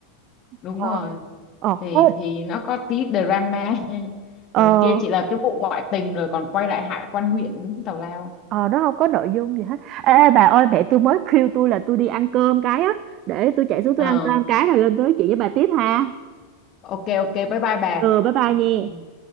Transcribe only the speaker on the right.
ờ
ờ
không.
ờ
ờ, nó không có nội dung gì hết ê ê, bà ơi mẹ tôi mới kêu tôi là tôi đi ăn cơm cái á để tôi chạy xuống
tôi ăn cơm cái rồi lên tôi nói chuyện với bà tiếp ha
ừ bye bye nha